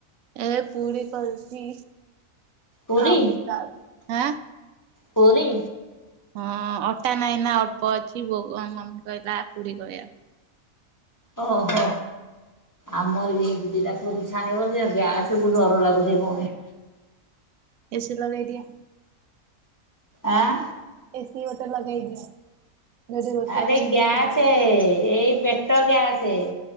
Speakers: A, on the right; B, on the left.
A: ଏ ପୁରୀ କରୁଛି।
B: ପୁରୀ
A: ଆଉ ବୁଟ ଆଳୁ।
B: ପୁରୀ
A: ଆ ହଁ ଅଟା ନାଇଁ ନା ଅଳ୍ପ ଅଛି ମମି କହିଲା ପୁରୀ କହିବା-
B: ଓହୋ। ଆମର ବି ଏମିତି ଦିଟା ପୁରୀ ଛାଣିବ ଯେ ଗ୍ୟା ସବୁ ଡର ଲାଗୁଛିି ପୁଣି
A: ପାଇଁ। ଏସି ଲଗେଇ ଦିଅ।
B: ଆଁ।
A: ଏସିି ଗୋଟେ ଲଗେଇ ଦିଅ। ଯୋଉଠି ରୋଷେଇ
B: ଆରେ
A: କରୁଛି
B: ଗ୍ୟାସେ।
A: ସେଇଠି ଭଲ
B: ଏଇ ପେଟ ଗ୍ୟାସେ।